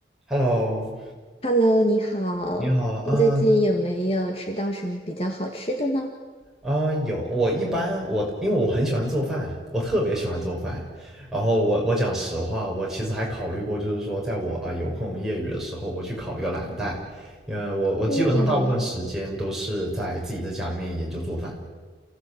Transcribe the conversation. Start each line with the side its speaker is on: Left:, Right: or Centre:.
Centre: Hello，
Left: Hello，你好，
Centre: 你好，
Left: 你最近有没有吃到什么比较好吃的呢？
Centre: 嗯啊，有我一般我因为我很喜欢做饭，我特别喜欢做饭。然后我我讲实话，我其实还考虑过，就是说，在我啊、呃有空业余的时候，我去考一个蓝带，因为我我基本上大部分时间都是在自己在家里面研究做饭。
Left: 哇，